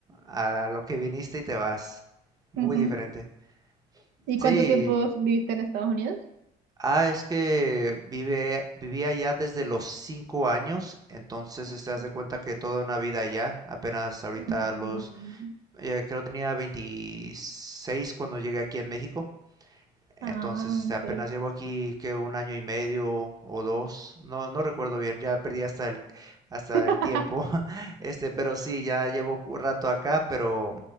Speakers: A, on the right (about 20°); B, on the right (about 85°).
A: a lo que viniste y te vas, muy
B: Ujú.
A: diferente.
B: ¿Y
A: Sí,
B: cuánto tiempo viviste en Estados Unidos?
A: ah, es que vive, vivía allá desde los cinco años, entonces,
B: Ok.
A: este, haz de cuenta que toda una vida allá, apenas ahorita
B: Mm,
A: a los eh, creo que tenía 26 cuando llegué aquí en México. Entonces,
B: ah,
A: este,
B: ok.
A: apenas llevo aquí que un año y medio o dos, no, no recuerdo bien, ya perdí hasta el, hasta
B: <laughs>
A: el tiempo, <laughs> este, pero sí, ya llevo un rato acá, pero